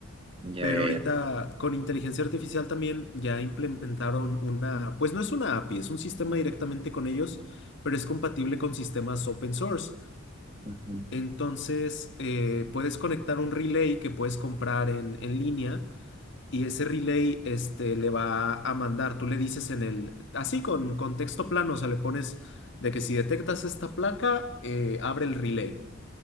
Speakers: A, on the right; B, on the left.
A: Ya,
B: Pero
A: ya,
B: ahorita
A: ya.
B: con inteligencia artificial también ya implementaron una, pues no es una API, es un sistema directamente con ellos, pero es compatible con sistemas open source.
A: Ujú.
B: Entonces, eh, puedes conectar un relay que puedes comprar en en línea y ese relay este, le va a mandar, tú le dices en el, así con, con texto plano, o sea, le pones de que si detectas esta placa, eh, abre el relay.